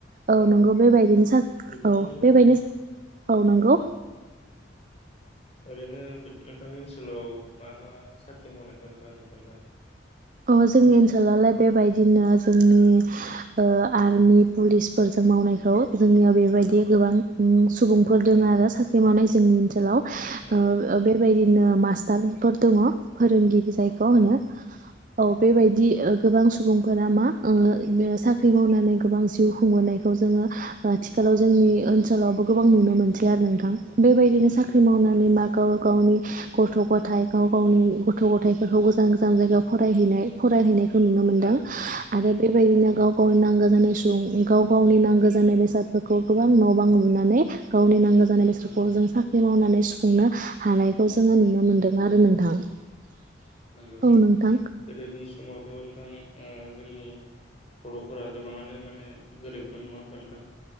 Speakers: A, on the right; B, on the left.
A: औ
B: ओ
A: नंगौ बेबायदिनो सा औ
B: बिथांमोना
A: बेबायदिनो औ नंगौ
B: ओरैनो नोंथांनि ओनसोलाव मा मा साख्रि मावनायखौ नोंथाङा नुदों दा?
A: अ जोंनि ओनसोलाय बेबायदिनो जोंनि ओ आर्मि पुलिसफोरजों मावनायखौ जोंनियाव बेबायदि
B: औ
A: गोबां उम सुबुंफोर दङ
B: औ
A: आरो साख्रि मावनाय जोंनि ओनसोलाव
B: औ
A: ओ बे बायदिनो मास्टारफोर दङ फोरोंगिरि जायखौ
B: औ
A: होनो
B: आचसा
A: औ बेबायदि ओ गोबां सुबुंफोरा मा ओ साख्रि मावनानै गोबां जिउ खुंबोनायखौ जोङो आथिखालाव जोंनि
B: उम
A: ओनसोलावबो गोबां नुनो मोनसै आरो नोंथां बेबायदिनो
B: नंगौ
A: साख्रि मावनानै
B: नोंथां
A: मागाव गावनि गथ' गथाइ गाव गावनि गथ' गथाइफोरखौ गोजान गोजान जायगायाव फरायहैनाय फरायहैनाय खौ नुनो मोनदों
B: औ औ
A: आरो बेबायदिनो
B: थारैनो
A: गाव गावनो नांगौ जानाय सुबुं गाव गावनि नांगौ जानाय बेसादफोरखौ गोबां न' बां लुनानै गावनि नांगौ जानाय बेसादखौ
B: औ
A: जों सा बे मावनानै सुफुंनो हानाय खौ जोङो नुनो मोन्दों
B: उम
A: आरो
B: औ
A: नोंथां औ
B: नंगौ
A: नोंथां।
B: गोदोनि समावथ' नोंथां ओ जोंनि बर'फोरा गोबाङानो माने गोरिबमोन नङा होमबा नोंथां।